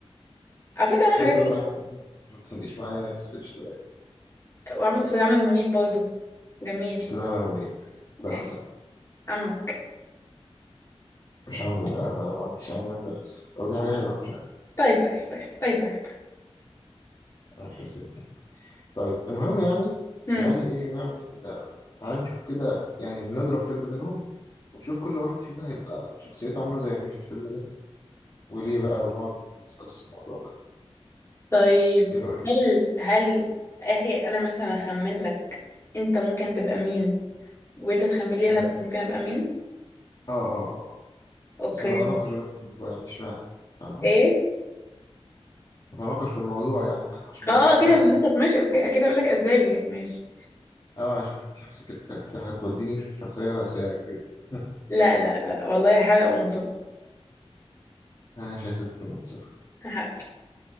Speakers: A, on the left; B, on the left.
A: على فكره عمل
B: مش
A: حاجات
B: عايز
A: حلوه
B: اقول عامل منيب عشان ما تتخانقيش معايا بس قشطه يعني
A: وعمل استاذ عامر منيب برضو جميل
B: مش عايز اعمل منيب صح
A: إيه،
B: صح
A: عمك
B: مش عامل إيه؟ لا أنا ما عنديش أعمال للأسف أو دي حاجة حلوة مش عارف
A: طيب طيب طيب طيب طيب طيب
B: ماشي يا ستي طيب المهم يعني
A: هم.
B: تعالي إيه نعمل تعالي نشوف كده يعني نضرب فيلم منهم ونشوف كل واحد فينا هيبقى شخصيته عاملة زي مين في الفيلم ده وليه بقى ونقعد ندسكس الموضوع ده
A: طيب
B: إيه رأيك؟
A: هل هل إيه- انا مثلا اخمن لك انت ممكن تبقى مين وانت تخمن لي انا
B: مم.
A: بقى ممكن ابقى مين
B: آه آه آه
A: اوكي
B: بس أنا أتناقش بقى في الموضوع يعني إشمعنى فاهمة؟
A: ايه
B: أتناقش في الموضوع يعني فاهمة إشمعنى
A: اه اه
B: إشمعنى
A: اكيد هنتنفس
B: يعني
A: ماشي اوكي اكيد هقول لك اسبابي يعني ماشي
B: آه عشان أنت حاسك إنت- إنت هتوديني في شخصية سيئة جدا
A: لا لا لا والله هحاول ابقى منصفه
B: ماشي يا ست منصف
A: هحاول